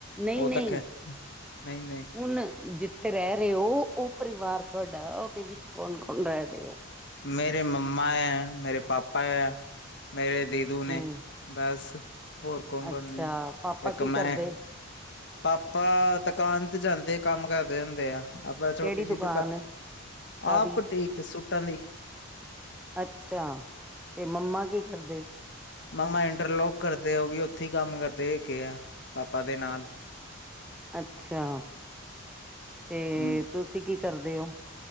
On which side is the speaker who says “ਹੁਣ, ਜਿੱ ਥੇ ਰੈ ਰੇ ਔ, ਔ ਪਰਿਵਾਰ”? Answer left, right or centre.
Centre